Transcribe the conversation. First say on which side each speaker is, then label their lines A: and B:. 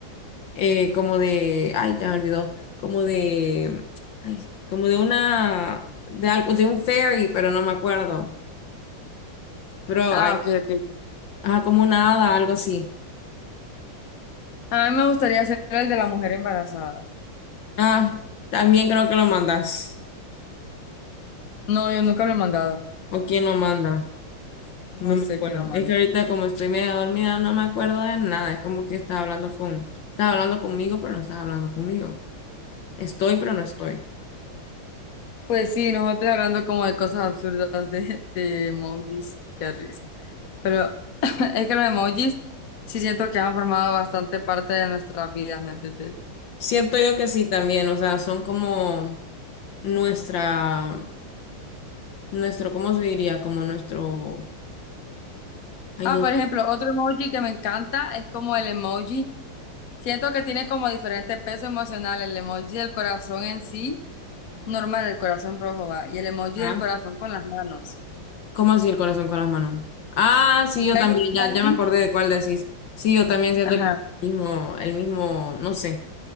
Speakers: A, on the left (about 65°); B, on the left (about 50°).
A: eh, como de, ay, ya me olvidó, como de, ay, como de una, de algo, de un ferry, pero no me acuerdo. Pero,
B: Ah,
A: ay,
B: ok, ok.
A: ajá, como una hada, algo así.
B: A mí me gustaría ser el de la mujer embarazada.
A: Ah, también creo que lo mandas.
B: No, yo nunca lo he mandado.
A: ¿O quién lo manda?
B: No
A: No me
B: sé
A: acuerdo.
B: quién lo mandó.
A: Es que ahorita como estoy medio dormida, no me acuerdo de nada. Es como que estás hablando con, estás hablando conmigo, pero no estás hablando conmigo. Estoy, pero no estoy.
B: Pues sí, nosotros hablando como de cosas absurdas de, de emojis, qué risa. Pero <laughs> es que los emojis sí siento que han formado bastante parte de nuestras vidas, ¿me entendés?
A: Siento yo que sí también, o sea, son como nuestra, nuestro, ¿cómo se diría? Como nuestro, ay,
B: Ah,
A: no,
B: por ejemplo, otro emoji que me encanta es como el emoji. Siento que tiene como diferente peso emocional. El emoji del corazón en sí, normal, el corazón rojo va. Y el emoji
A: ah,
B: del corazón con las manos.
A: ¿Cómo así el corazón con las manos? Ah, sí,
B: Es
A: yo
B: que
A: también,
B: hay
A: ya,
B: emojis.
A: ya me acordé de cuál decís. Sí, yo también siento
B: Ajá.
A: que el mismo, el mismo, no sé,